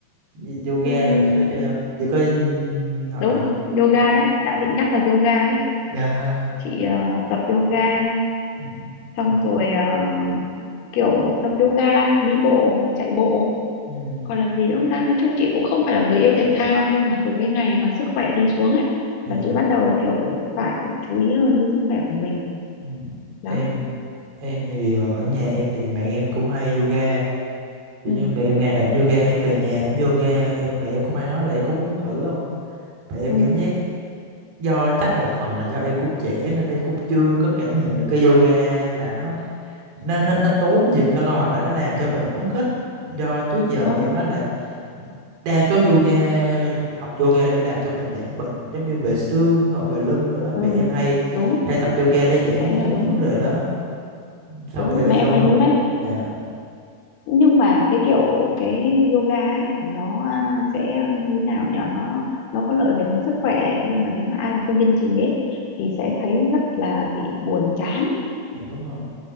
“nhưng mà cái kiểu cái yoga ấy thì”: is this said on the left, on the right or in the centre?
Left